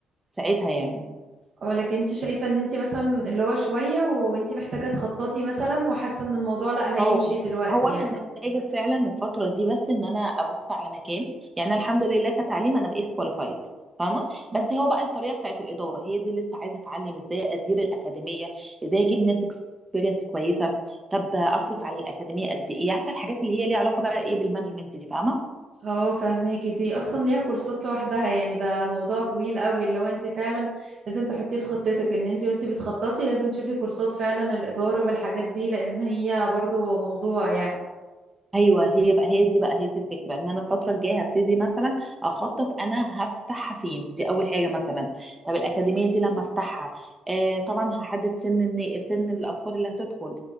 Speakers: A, on the right; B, on the right.
A: ساعتها يعني
B: اه لكن انت شايفة ان انت مثلا اللي هو شوية وانت محتاجة تخططي مثلا وحاسة ان الموضوع لا هيمشي
A: اه
B: دلوقتي
A: هو انا
B: يعني
A: محتاجه فعلا الفتره دي بس ان انا ابص على مكان يعني أنا الحمد لله كتعليم انا بقيت كواليفايد فاهمه
B: مم.
A: بس هو بقى الطريقه بتاعت الاداره هي دي لسه عايزه اتعلم ازاي ادير الاكاديميه ازاي اجيب ناس اكسبيرينس كويسه طب اصرف على الاكاديميه قد ايه عارفه الحاجات اللي هي ليها علاقه بقى ايه بالمانجمنت دي فاهمه
B: اه فهماكي دي اصلا ليها كورسات لوحدها يعني ده موضوع طويل قوي اللي هو انت فعلا لازم تحطيه في خطتك ان انت وانت بتخططي لازم تشوفي كورسات فعلا الإدارة والحاجات دي لان هي برضو موضوع يعني
A: ايوه هي بقى هي دي بقى هي دي الفكره ان انا الفتره الجايه هبتدي مثلا اخطط انا هفتحها فين دي اول حاجه مثلا طب الاكاديميه دي لما افتحها آه طبعا هحدد سن الن- سن الاطفال اللي هتدخل